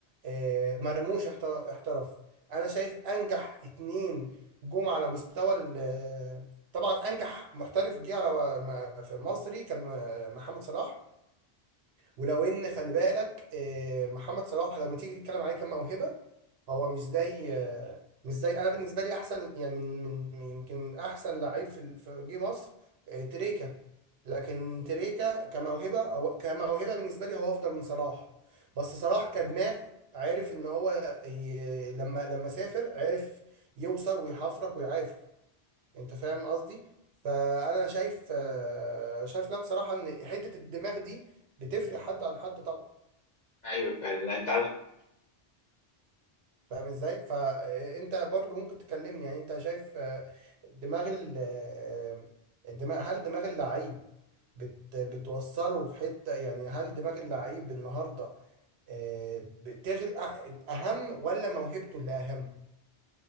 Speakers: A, on the right; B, on the left.
A: آه، مرموش احتر- احترف انا شايف انجح اتنين جم على مستوى ال- طبعا انجح محترف جه على م- في مصري كان محمد صلاح ولو ان خلي بالك آه، محمد صلاح لما تيجي تتكلم عليه كموهبه هو مش زي آه، مش زي انا بالنسبه لي احسن يعني من من من- يمكن احسن لعيب في ال- في جه مصر آه، تريكا لكن تريكا كموهبه هو كموهبه بالنسبه لي هو افضل من صلاح بس صلاح كدماغ عارف ان هو ي- لما لما سافر عارف يوصل ويحفرك ويعافر انت فاهم قصدي فانا شايف آه، شايف لا بصراحه ان حته الدماغ دي بتفرق حد عن حد طبعا
B: ايوه فعلا لا، انت
A: فاهم ازاي فانت برضو ممكن تكلمني يعني انت شايف آه، دماغ ال- آه، الدماغ هل دماغ اللعيب بت بتوصله في حته يعني هل دماغ اللعيب النهارده آه، بتغل أ- اهم ولا موهبته اللي اهم